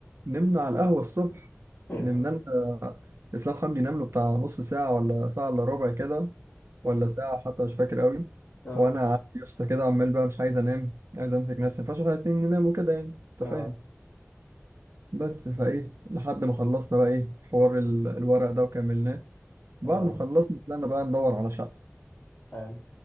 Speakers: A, on the right; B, on the left.
A: نمنا على القهوة الصبح
B: <laughs> اه
A: نمنا لنا اسلام حمدي نام له بتاع نص ساعة ولا ساعة الا ربع كده ولا ساعة حتى مش فاكر قوي
B: اه
A: وأنا قعدت يا اسطى كده عمال بقى مش عايز أنام عايز أمسك نفسي ما ينفعش إحنا الاتنين ننام وكده يعني أنت
B: اه
A: فاهم بس فإيه لحد ما خلصنا بقى إيه حوار ال- الورق ده وكملناه بعد
B: آه.
A: ما خلصنا طلعنا بقى ندور على شقة
B: حلو